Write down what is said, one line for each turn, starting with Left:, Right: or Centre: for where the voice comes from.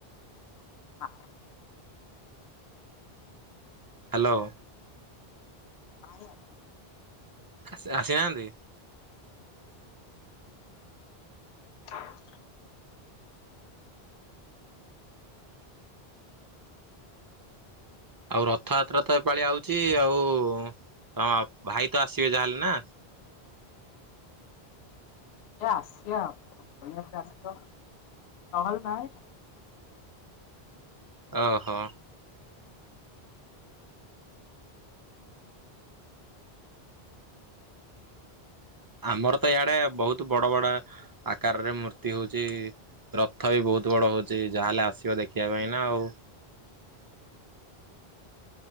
Left: ହଁ।
Right: ହ୍ୟାଲୋ।
Left: ନାଇଁ ଆସିନି।
Right: ସେ ଆସିନାହାନ୍ତି।
Left: <inaudible>
Right: ଆଉ ରଥଯାତ୍ରା ତ ଏପାଳି ଆଉଛି ଆଉ ତମ ଭାଇ ତ ଆସିବେ ଯାହାହେଲେ ନା?
Left: ଏ ଆସି ଆ ଭ ଆସ ନହଲ ନାଇଁ।
Right: ଓହୋ। ଆମର ତ ଇଡେ ବହୁତ ବଡ ବଡ ଆକାରରେ ମୂର୍ତ୍ତି ହଉଛି ରଥ ବି ବହୁତ ବଡ ହଉଛି ଯାହାେଲେ ଆସିବ ଦେଖିବା ପାଇଁ ନା ଆଉ।